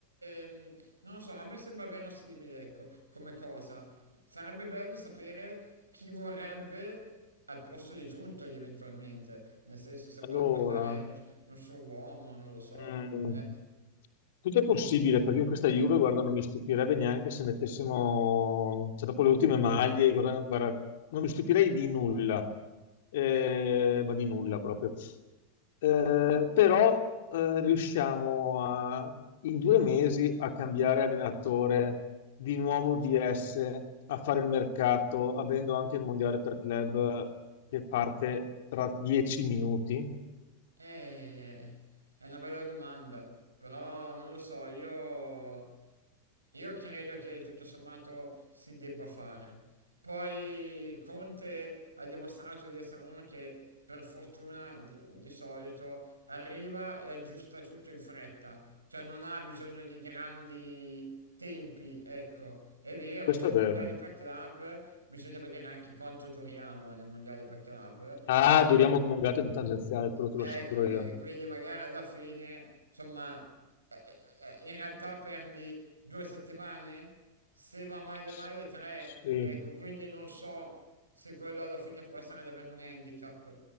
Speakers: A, on the right; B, on the left.
A: ehm, non lo so, a me sembra verosimile, ecco, come cosa. Sarebbe bello sapere chi vorrebbe al posto di Giuntoli eventualmente, nel senso se vuole
B: Allora,
A: portare un, un suo uomo, non lo so.
B: Mm,
A: Eh.
B: tutto è possibile perché in questa Juve, guarda, non mi stupirebbe neanche se mettessimo, cioè dopo le ultime maglie, guarda, guarda, non mi stupirei di nulla, Eh, ma di nulla proprio. Eh, però eh, riusciamo a- in due mesi a cambiare allenatore, di nuovo DS, a fare il mercato, avendo anche il mondiale per club che parte tra dieci minuti.
A: Eh, è una bella domanda, però non lo so, io, io credo che tutto sommato si debba fare. Poi Conte ha dimostrato di essere uno che per fortuna di, di solito arriva e aggiusta tutto in fretta, cioè non ha bisogno di grandi tempi, ecco. È vero,
B: Questo
A: c'è il
B: è vero.
A: mondiale per club, bisogna vedere anche quanto duriamo nel mondiale per club,
B: Ah, duriamo come un gatto in tangenziale, quello te
A: Ecco,
B: lo assicuro
A: e
B: io.
A: quindi magari alla fine, insomma, eh, eh, eh, in realtà perdi due settimane, se va male
B: S-
A: male tre,
B: Sì,
A: ecco, quindi non so se quello alla fine può essere davvero un handicap.